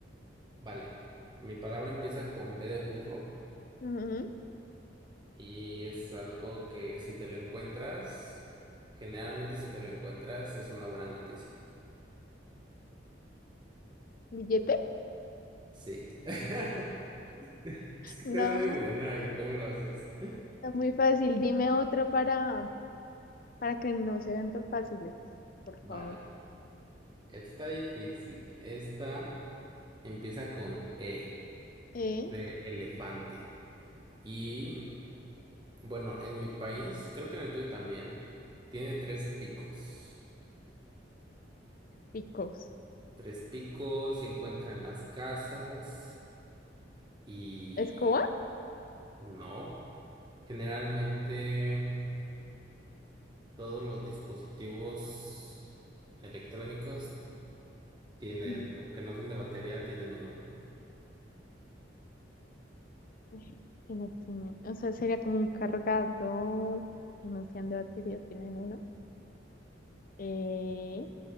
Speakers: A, on the right; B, on the left.
A: <laughs> Vale, mi palabra empieza con B de burro.
B: Ujú.
A: Y es algo que si te lo encuentras, generalmente si te lo encuentras es una buena noticia.
B: ¿Billete?
A: Sí. <laughs> Es que
B: No,
A: tú eres muy buena, oye, ¿cómo lo haces?
B: está muy fácil. Dime otra para, para que no se vean tan fáciles, por
A: Vale.
B: favor.
A: Esta está difícil. Esta empieza con E
B: ¿Eh?
A: de elefante. Y bueno, en mi país, creo que en el tuyo también, tiene tres picos.
B: Picos.
A: Tres picos se encuentran en las casas y
B: ¿Escoba?
A: no. Generalmente. todos los dispositivos electrónicos tienen,
B: Ujú.
A: o que no son de batería, tienen uno.
B: Ay, que no tiene, o sea, sería como un cargador. Que no sean de batería, tienen uno. ¿Eh?